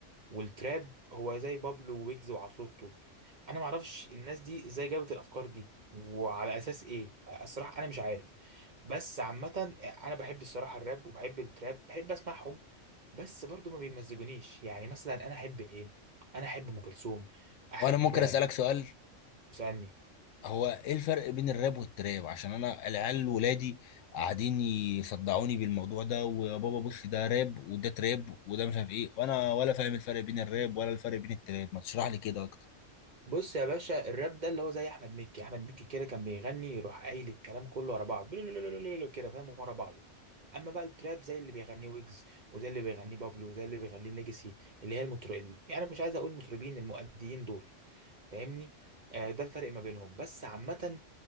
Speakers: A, on the right; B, on the left.
A: والتراب هو زي بابلو ويجز وعفروتو انا ما اعرفش الناس دي ازاي جابت الافكار دي وعلى اساس ايه الصراحه انا مش عارف بس عامه انا بحب الصراحه الراب وبحب التراب بحب اسمعهم بس برضو ما بيمزجونيش يعني مثلا انا احب ايه انا احب ام كلثوم احب
B: وانا ممكن اسالك سؤال
A: اسالني
B: هو ايه الفرق بين الراب والتراب عشان انا العيال ولادي قاعدين يصدعوني بالموضوع ده ويا بابا بص ده راب وده تراب وده مش عارف ايه وانا ولا فاهم الفرق بين الراب ولا الفرق بين التراب ما تشرح لي كده اكتر
A: بص يا باشا الراب ده اللي هو زي احمد مكي احمد مكي كده كان بيغني يروح قايل الكلام كله ورا بعض <laughs> كده فاهم ورا بعض اما بقى التراب زي اللي بيغنيه ويجز وزي اللي بيغنيه بابلو وزي اللي بيغنيه ليجاسي اللي هي المطر يعني مش عايز اقول مطربين المؤديين دول فاهمني آه ده الفرق ما بينهم بس عامة